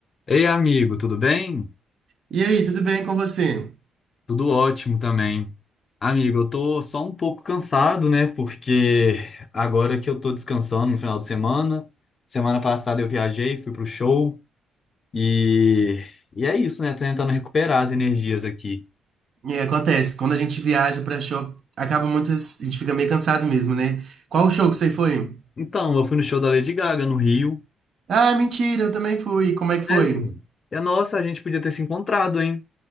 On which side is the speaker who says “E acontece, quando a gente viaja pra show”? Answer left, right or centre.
Right